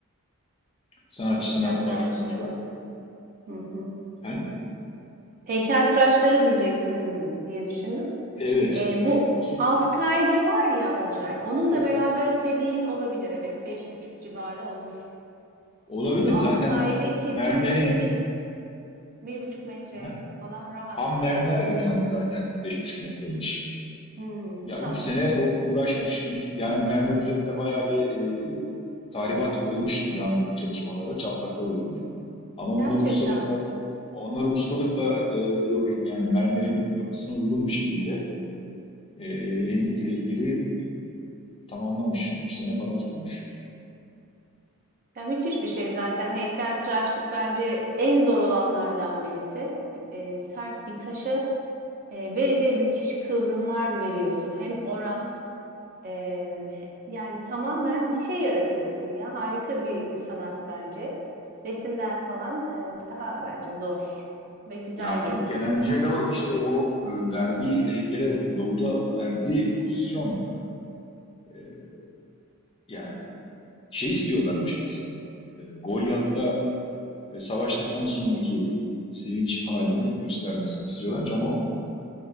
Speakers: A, on the left; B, on the right.
A: sanatçısına
B: Heykeltıraşları.
A: başvurmuşlar.
B: Hı hı.
A: Yani
B: Heykeltıraşları diyeceksin diye düşündüm.
A: Evet.
B: Ee, bu
A: E, işte
B: alt kaide var ya Olcay. Onunla
A: Evet.
B: beraber o dediğin olabilir. Evet, beş buçuk civarı olur.
A: Olabilir
B: Çünkü alt
A: zaten
B: kaide
A: o işte
B: kesinlikle
A: mermerin
B: bir, bir buçuk metre
A: aha,
B: falan rahat
A: ham
B: var.
A: mermer yani zaten beş buçuk metreymiş.
B: Hmm,
A: Ya
B: tamam,
A: 3 sene
B: evet.
A: o uğraşmış. Üç, yani mermer üzerinde bayağı bir e, tahribat olmuş daha önceki çalışmalarda çatlaklar oluşmuş. Ama onları
B: Gerçekten
A: ustalıkla
B: mi?
A: onları ustalıkla e, yok et- yani mermerin yapısına uygun bir şekilde e, heykeli e, tamamlamış. üç sene falan sürmüş.
B: Ya müthiş bir şey zaten. Heykeltıraşlık bence en zor olanlardan birisi. Ee, sert bir taşa E, ve de müthiş kıvrımlar veriyorsun. Hem oran e, yani tamamen bir şey yaratıyorsun ya. Harika bir sanat bence. Resimden falan e, daha bence zor ve güzel
A: Ya
B: geliyor
A: Michelangelo
B: bana.
A: işte o e, verdiği heykele Davud'a verdiği pozisyon e, e, yani şey istiyorlarmış aslında. E, Golyat'la e, savaştıktan sonraki sevinç halini göstermesini istiyorlarmış ama o